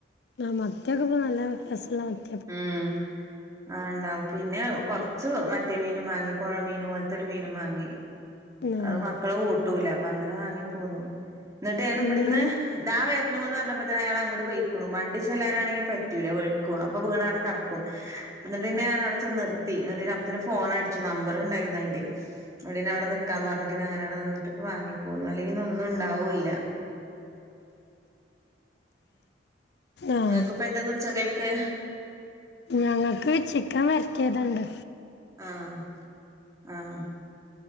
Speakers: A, on the left (about 60°); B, on the right (about 20°).
A: അഹ്. മത്തിയൊക്കെ പ്പൊ നല്ല രെസള്ള മ
B: ഉം. ആ ഇണ്ടാവും പിന്നെ കുറച്ച് മറ്റേ മീന വാങ്ങി പുഴമീന പോലത്തെൊരു മീനും വാങ്ങി
A: ആഹ്
B: അത് മക്കള കൂട്ടൂല്ല അപ്പൊ അങ്ങനെ വാങ്ങി പോന്നു എന്നിട്ട് ഞാൻ ഇവിടുന്ന്
A: ഇനി
B: ദാ വരുണുന്ന് പറഞ്ഞപ്പോ തന്ന അയാൾങ്ങോട്ട് പോയിക്കണു വണ്ടി ചെല്ലാനാണെങ്കിൽ പറ്റൂല്ല <unintelligible> അ പ്പൊ വീണാവിടെ കടക്കും എന്നിട്ടിന്നെ ഞാൻ അവിടെചെ നിർത്തി എന്നിട്ടിന്നെ അപ്പത്തേന് ഫോൺ അടിച്ചു നമ്പർ ഉണ്ടായിരുന്നു അയിന്റെ അവിടെ അവിടെ നിക്കാൻ പറഞ്ഞിട്ട് അങ്ങന അവിടെ നിന്നട്ട്പ്പ വാങ്ങി പോകുന്നു അല്ലങ്കി ഇന്ന് ഒന്നും ഉണ്ടാവൂല്ല
A: ആഹ്
B: ഇങ്ങക്ക് ഇപ്പൊ എന്താ ഉച്ച കൽക്ക്
A: ഞങ്ങൾക്ക് ചിക്കൻ വരട്ടിയത്ഉണ്ട്
B: ആഹ് ആഹ്